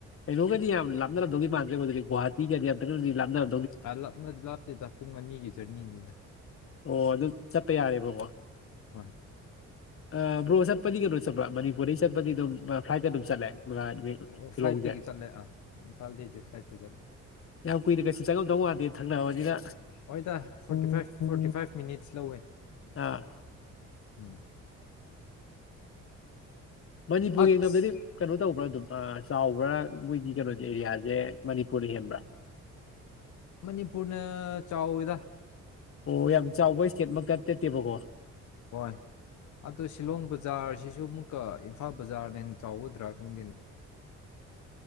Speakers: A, on the left; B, on the left.
A: ꯀꯩꯅꯣꯒꯗꯤ ꯌꯥꯝ ꯂꯥꯞꯅꯔꯝꯗꯧꯗꯤ ꯃꯥꯟꯗ꯭ꯔꯦꯕꯣ ꯑꯗꯨꯗꯤ ꯒꯨꯍꯥꯇꯤꯒꯗꯤ ꯌꯥꯝ ꯀꯟꯅꯗꯤ ꯂꯥꯞꯅ
B: ꯑ ꯂꯥꯞꯅꯗꯤ ꯂꯥꯞꯇꯦꯗ ꯄꯨꯡ ꯑꯅꯤꯒꯤ ꯖ꯭ꯔꯅꯤꯅꯤꯗ
A: ꯑꯣ ꯑꯗꯨ ꯆꯠꯄ ꯌꯥꯔꯦꯕꯀꯣ
B: ꯍꯣꯏ
A: ꯑꯥ ꯕ꯭ꯔꯣ ꯆꯠꯄꯗꯤ ꯀꯩꯅꯣꯗ ꯆꯠꯄ꯭ꯔ ꯃꯅꯤꯄꯨꯔꯗꯩ ꯆꯠꯄꯗꯤ ꯑꯗꯨꯝ ꯕ ꯐ꯭ꯂꯥꯏꯠꯇ ꯑꯗꯨꯝ ꯆꯠꯂꯦ <unintelligible>
B: ꯑꯣ ꯑꯣ
A: ꯁꯤꯂꯣꯡꯁꯦ
B: ꯐ꯭ꯂꯥꯏꯠꯇꯒꯤ ꯆꯠꯂꯦ ꯑ ꯏꯝꯐꯥꯜꯗꯩꯗꯤ ꯐ꯭ꯂꯥꯏꯠꯇ ꯆꯠꯂꯦ
A: ꯌꯥꯝ ꯀꯨꯏꯅ ꯀꯩꯁꯨ ꯆꯪꯉꯝꯗꯧ ꯃꯥꯟꯗꯦ ꯊꯪꯅꯕꯅꯤꯅ
B: ꯍꯣꯏꯗ forty five forty five minutes ꯂꯧꯋꯦ
A: ꯑꯥ
B: ꯎꯝ
A: ꯃꯅꯤꯄꯨꯔꯒ
B: ꯑꯠꯁ
A: ꯌꯦꯡꯅꯕꯗꯗꯤ ꯀꯩꯅꯣ ꯇꯧꯕ꯭ꯔꯥ ꯑꯗꯨꯝ ꯑ ꯆꯥꯎꯕ꯭ꯔꯥ ꯃꯣꯏꯒꯤ ꯀꯩꯅꯣꯖꯦ ꯑꯦꯔꯤꯌꯥꯖꯦ ꯃꯅꯤꯄꯨꯔꯅ ꯍꯦꯟꯕ꯭ꯔꯥ
B: ꯃꯅꯤꯄꯨꯔꯅ ꯆꯥꯎꯋꯤꯗ
A: ꯑꯣ ꯌꯥꯝ ꯆꯥꯎꯕ ꯏꯁꯇꯦꯠ ꯃꯛꯀꯠ ꯅꯠꯇꯦꯕꯀꯣ
B: ꯍꯣꯏ ꯑꯗꯨ ꯁꯤꯂꯣꯡ ꯕꯖꯥꯔꯁꯤꯁꯨ ꯑꯃꯨꯛꯀ ꯏꯝꯐꯥꯜ ꯕꯖꯥꯔꯅ ꯍꯦꯟꯅ ꯆꯥꯎꯒꯗ꯭ꯔꯥ ꯈꯪꯗꯦꯅꯦ